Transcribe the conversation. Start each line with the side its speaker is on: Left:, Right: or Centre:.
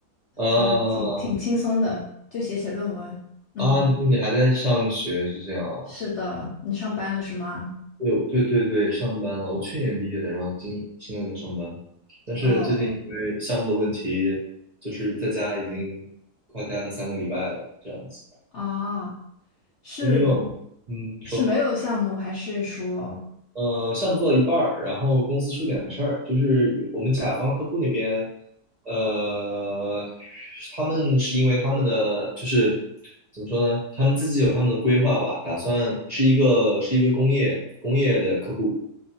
Right: 啊
Left: 呃挺挺轻松的，就写写论文。嗯，
Right: 啊，就你还在上学是这样啊
Left: 是的，你上班了是吗？
Right: 对对对对，上班了。我去年毕业的，然后今现在在上班，但是最近因为项目的问题，
Left: 哦
Right: 就是在家已经快待了三个礼拜了，这样子。
Left: 啊，是
Right: 就是因为我们，嗯，你说。
Left: 是没有项目还是说
Right: 呃，项目做到一半儿，然后公司出点事儿，就是我们甲方客户那边，呃，他们是因为他们的就是怎么说呢，他们自己有他们的规划吧，打算是一个是一个工业工业的客户，